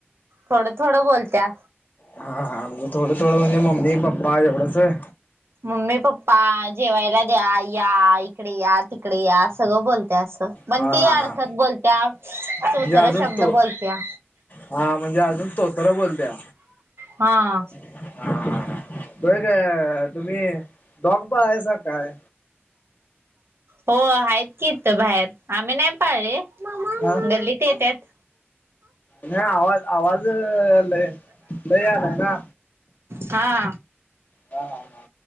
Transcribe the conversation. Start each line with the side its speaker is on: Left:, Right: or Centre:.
Right: थोडं थोडं बोलत्या.
Left: हा हा म्हणजे थोडं थोडं म्हणजे मम्मी पप्पा एवढंच आहे.
Right: मम्मी पप्पा जेवायला द्या, या इकडे या तिकडे या सगळं बोलत्या असं. पण
Left: हा
Right: ते
Left: हा
Right: अडखत बोलत्या, चोचर
Left: म्हणजे अजून
Right: शब्द
Left: तो
Right: बोलत्या.
Left: हा म्हणजे अजून तोतर बोलत्या.
Right: हा.
Left: तो का तुम्ही डॉग पाळलासा काय?
Right: हो आहेत की इथं बाहेर. आम्ही नाही पाळले,
Left: हा
Right: गल्लीत येत्यात.
Left: नाही आवाज, आवाज लै लै यालाय ना.
Right: हा.
Left: ह हा हा